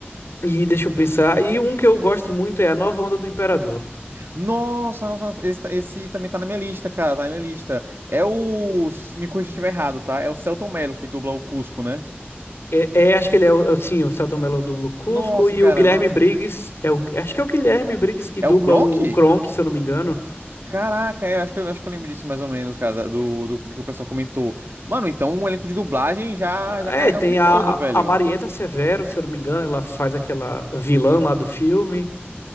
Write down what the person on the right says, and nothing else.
Nossa, nossa, nossa, esse, tá, esse também tá na minha lista, cara, tá na minha lista. É o, me corrija se eu estiver errado, tá? É o Celton Mello que dubla o Cusco, né?
Nossa,
cara,
nossa.
É
o Kronk?
Caraca, eu acho que eu, acho que eu lembro disso mais ou menos, cara, da- do, do, do que o pessoal comentou. Mano, então o elenco de dublagem já, já
carrega
o filme
todo, velho.